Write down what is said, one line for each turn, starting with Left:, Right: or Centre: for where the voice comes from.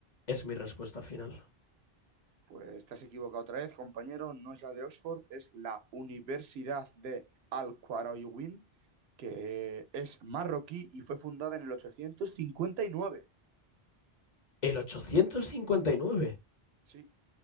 Left: Es mi respuesta final.
Right: Pues estás equivocado otra vez, compañero. No es la de Oxford, es la Universidad de Al-Qarawiyyin, que es marroquí y fue fundada en el 859.
Left: El 859,
Right: Sí,